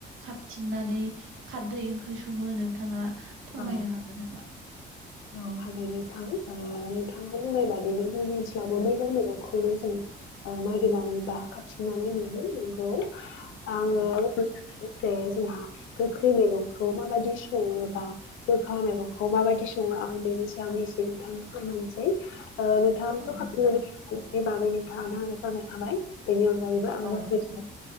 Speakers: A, on the right (about 85°); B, on the left (about 85°).
A: खाबथिंनानै खारदै ओंख्रि संङो नोंथाङा फोरमायनो
B: औ
A: हागोन नामा?
B: औ हागोन नोंथां नोंथाङा बुंनाय बाददिनो जोंनि ओनसोलावबो मैगंफोर मैगंखौनो जों नागिरनानै बा खाबथिंनानै मोनो नंगौ आंङो
A: औ
B: जे जोंहा गोखै मैगंखौ माबायदि संङोबा गोखा मैगंखौ माबायदि संङो आं बेनि सायावनो एसे नोंथांनो फोरमायनोसै ओ नोंथाङथ'
A: औ
B: खाबथिंनानै
A: नोंथां
B: बै मेगंनि बागै नोंथाङानो आंनो फोरमायखाबाय बेनि अन गायैबो आं
A: औ
B: गोखै
A: नोंथां